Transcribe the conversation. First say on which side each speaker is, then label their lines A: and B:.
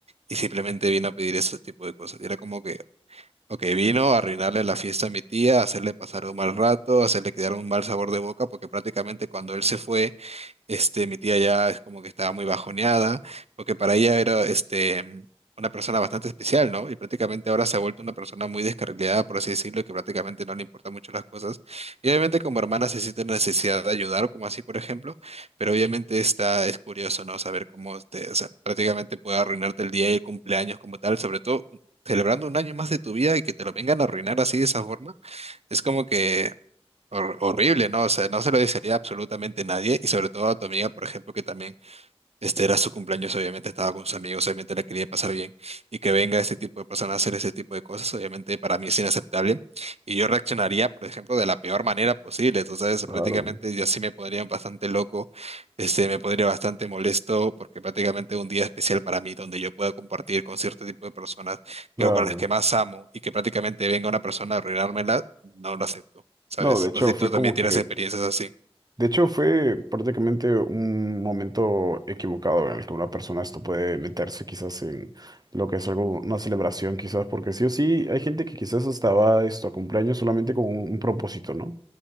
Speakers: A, on the right; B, on the right.
A: y simplemente vino a pedir ese tipo de cosas. Y era como que, ok, vino a arruinarle la fiesta a mi tía, a hacerle pasar un mal rato, a hacerle quedar un mal sabor de boca, porque prácticamente cuando él se fue, este, mi tía ya es como que estaba muy bajoneada, porque para ella era este, mm, una persona bastante especial, ¿no? Y prácticamente ahora se ha vuelto una persona muy descarrilada, por así decirlo, que prácticamente no le importan mucho las cosas. Y obviamente como hermana se siente la necesidad de ayudar, como así, por ejemplo, pero obviamente está, es curioso, ¿no? Saber cómo te, o sea, prácticamente puede arruinarte el día y el cumpleaños como tal, sobre todo celebrando un año más de tu vida y que te lo vengan a arruinar así de esa forma. Es como que hor- horrible, ¿no? O sea, no se lo desearía a absolutamente nadie y sobre todo a tu amiga, por ejemplo, que también este era su cumpleaños, obviamente estaba con sus amigos, obviamente la quería pasar bien. Y que venga este tipo de personas a hacer ese tipo de cosas, obviamente para mí es inaceptable. Y yo reaccionaría, por ejemplo, de la peor manera posible. Entonces,
B: Claro,
A: prácticamente yo sí me pondría bastante loco, este, me pondría bastante molesto, porque prácticamente un día especial para mí, donde yo pueda compartir con cierto tipo de personas
B: claro.
A: que, con las que más amo, y que prácticamente venga una persona a arruinármela, no lo acepto, ¿sabes?
B: No, de hecho,
A: No sé si
B: fue
A: tú también
B: como
A: tienes
B: que
A: experiencias así.
B: De hecho, fue prácticamente un momento equivocado en el que una persona esto puede meterse quizás en lo que es algo, una celebración quizás, porque sí o sí hay gente que quizás hasta va esto a cumpleaños solamente con un, un propósito, ¿no?